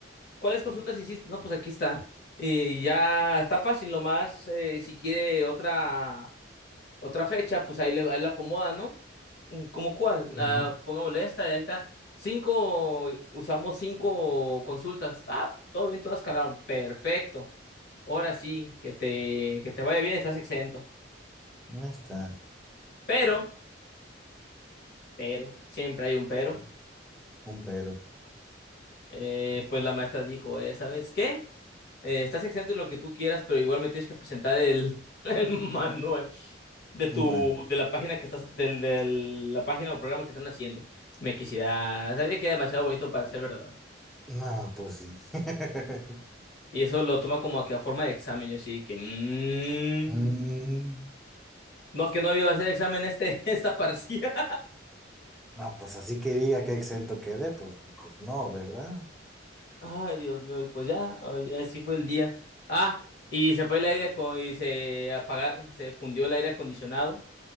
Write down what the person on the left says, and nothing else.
¿cuáles consultas hiciste? No, pues aquí está. Y ya está fácil, nomás eh, si quiere otra otra fecha, pues ahí le, ahí la acomoda, ¿no? Mm, ¿Cómo cuál?
La, pongámosle esta, ahí está. Cinco, usamos cinco consultas. Ah, todo bien, todas calaron. Perfecto. Ahora sí, que te, que te vaya bien, estás exento.
Pero, pero, siempre hay un pero.
Eh, pues la maestra dijo, eh, ¿sabes qué? eh, estás exento en lo que tú quieras, pero igual me tienes que presentar el, <laughs> el manual de tu,
de la página que estás, del, de la página o programa que están haciendo. Me quisiera, sabía que era demasiado bonito para ser verdad.
Y eso lo toma como que a forma de examen, yo sí que, mm,
no, que no iba a hacer examen este, <laughs> esta parcial.
Ay, Dios mío, y pues ya, ay, así fue el día. Ah, y se fue el aire, acon- y se apagaron, se fundió el aire acondicionado.